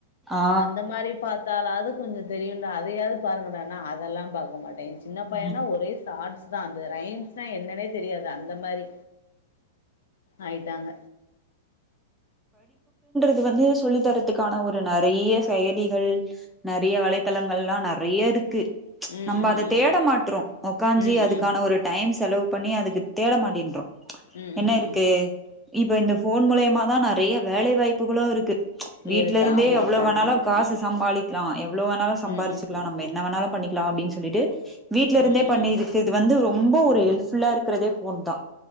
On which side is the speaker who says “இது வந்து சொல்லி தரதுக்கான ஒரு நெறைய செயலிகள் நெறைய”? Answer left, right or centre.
Centre